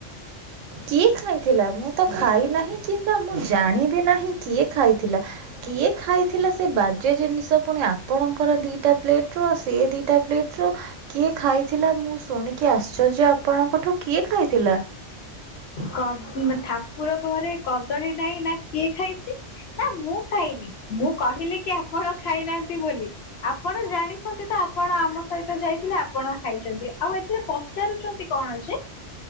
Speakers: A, on the right; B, on the left.
A: କିଏ ଖାଇଥିଲା ମୁଁ ତ ଖାଇ ନାହିଁ କିମ୍ବା ମୁଁ ଜାଣିବି ନାହିଁ କିଏ ଖାଇ ଥିଲା କିଏ ଖାଇଥିଲା ସେ ବାଜ୍ୟ ଜିନିଷ ପୁଣି ଆପଣଙ୍କର ଦିଇଟା ପ୍ଲେଟ୍ ରୁ ଆଉ ସିଏ ଦିଟା ପ୍ଲେଟ୍ ରୁ କିଏ ଖାଇଥିଲା ମୁଁ ଶୁଣିକି ଆଶ୍ଚର୍ଯ୍ୟ ଆପଣଙ୍କଠୁ କିଏ ଖାଇଥିଲା?
B: କ ଠାକୁର ଘରେ କଦଳୀ ନାଇଁ ନା କିଏ ଖାଇ ଚି ନାଁ ମୁଁ ଖାଇନି ମୁଁ କହିଲି କି ଆପଣ ଖାଇନାହାନ୍ତି ବୋଲି। ଆପଣ ଜାଣିଛନ୍ତି ତ ଆପଣ ଆମ ସହିତ ଯାଇଥିଲେ ଆପଣ ଖାଇଛନ୍ତି ଆଉ ଏ ଥିରେ ପଚାରୁଛନ୍ତି କଣ ଯେ?